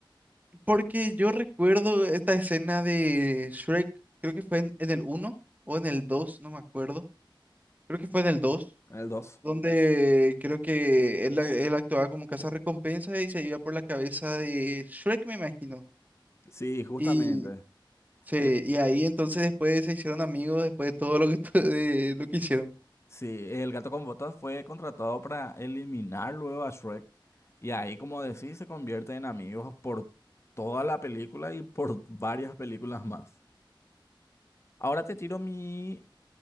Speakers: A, on the right (about 20°); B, on the left (about 30°).
A: Porque yo recuerdo esta escena de Shrek, creo que fue en, en el uno o en el dos no me acuerdo. Creo que fue en el dos
B: El dos?
A: donde creo que él, él actuaba como recompensa y se iba por la cabeza de Shrek, me imagino.
B: Sí, justamente.
A: Y, sí,
B: El,
A: y ahí
B: eh,
A: entonces después se hicieron amigos después de todo lo que, <laughs> de lo que hicieron.
B: sí, el gato con botas fue contratado para eliminar luego a Shrek. Y ahí, como decís, se convierte en amigos por toda la película y por varias películas más. Ahora te tiro mi...